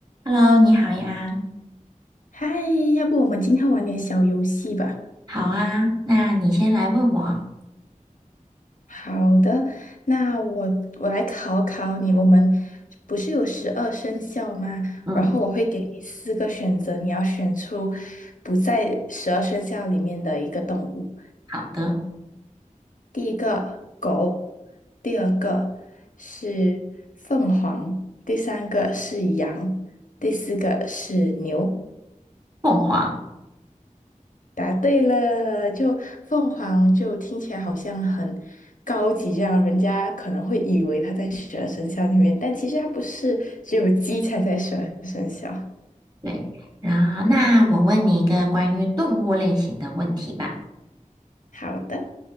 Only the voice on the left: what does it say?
嗨，要不我们今天玩点小游戏吧？
好的，那我我来考考你，我们不是有十二生肖吗？
然后我会给你四个选择，你要选出不在十二生肖里面的一个动物。
第一个狗，第二个是凤凰，第三个是羊，第四个是牛。
答对了，就凤凰就听起来好像很高级，这样人家可能会以为它在十二生肖里面，但其实它不是，只有鸡才在十二生肖。
好的，